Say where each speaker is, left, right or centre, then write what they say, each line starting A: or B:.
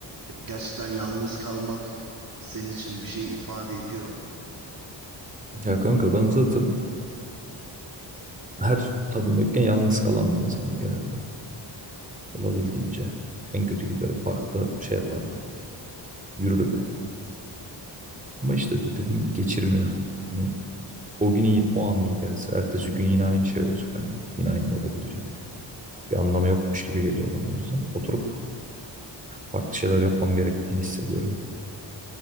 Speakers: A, on the right; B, on the right.
A: gerçekten yalnız kalmak senin için bir şey ifade ediyor mu?
B: Ya kanka ben zaten her tadım yokken yalnız kalan bir insanım genelde. Olabildiğince. En kötü giderim parkta şey yaparım. Yürürüm yani. Ama işte de- dediğim gibi geçirmiyor. Hani O gün iyi, o an iyi gelse. Ertesi gün yine aynı şey olacak hani. Yine aynı moda gireceğim. Bir anlamı yokmuş gibi geliyor bana o yüzden. Oturup farklı şeyler yapmam gerektiğini hissediyorum.